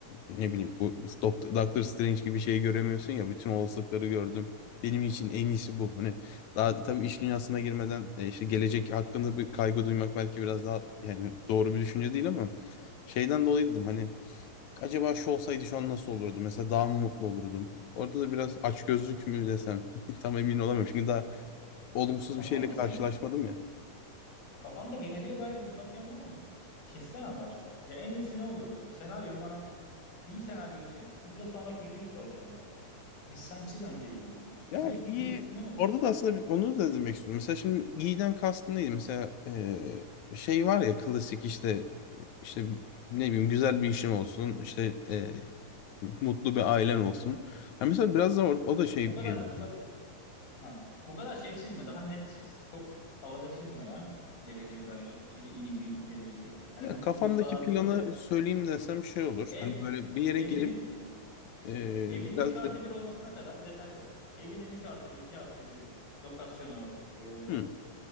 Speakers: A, on the left; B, on the left.
A: ne bileyim bu Doctor, Doctor Strange gibi şeyi göremiyorsun ya bütün olasılıkları gördüm. Benim için en iyisi bu. Hani daha tabii iş dünyasına girmeden e, işte gelecek hakkında bir kaygı duymak belki biraz daha yani doğru bir düşünce değil ama şeyden dolayı dedim hani Acaba şu olsaydı şu an nasıl olurdu? Mesela daha mı mutlu olurdum? Orada da biraz açgözlük mü desem <laughs> tam emin olamıyorum. Çünkü daha olumsuz
B: Kafanda
A: bir şeyle karşılaşmadım
B: senin
A: ya.
B: Kafanda geleceğe dair bir ütopyan var mı? Çizsene varsa. Ya en iyisi ne olurdu? Senaryoyu bana iyi senaryoyu çiz. Bir de sonra kötüyü soracağım belki. Biz sen çiz önce iyi ama.
A: Ya
B: Ne
A: iyi.
B: iyi ne olurdu?
A: Orada da aslında bir- onu da demek istiyorum. Mesela şimdi iyiden kastın neydi? Mesela eee, şey var ya klasik işte işte ne bileyim güzel bir işin olsun. işte eee, mutlu bir ailen olsun. Ha mesela biraz da o, o da şey
B: Bu kadar
A: geliyor.
B: bu kadar ha, bu kadar şey çizme. Daha net çiz. Çok havada çizme ya. Geleceğe dair e, iyi bir geleceği. Hani
A: Ya
B: mutluluk
A: kafamdaki
B: falan
A: planı
B: değil de
A: söyleyeyim desem şey olur.
B: ev
A: Hani böyle bir yere
B: evinin
A: girip eee,
B: evinin 3
A: biraz
B: artı
A: da...
B: bir olmasına kadar detay ver. Evinin 3 artı bir 2 artı bir lokasyonu, e,
A: Hı.